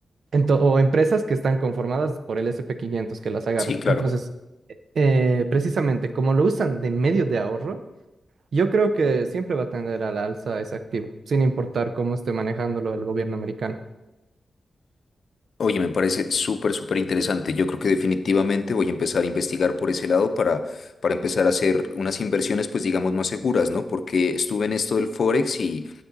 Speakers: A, on the right; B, on the left.
A: Ento- o empresas que están conformadas por el S and p 500 que las agarran.
B: Sí, claro.
A: Entonces, eh, precisamente como lo usan de medio de ahorro, yo creo que siempre va a tender a la alza ese activo, sin importar cómo esté manejándolo el gobierno americano.
B: Oye, me parece súper, súper interesante. Yo creo que definitivamente voy a empezar a investigar por ese lado para, para empezar a hacer unas inversiones, pues digamos, más seguras, ¿no? Porque estuve en esto del Forex y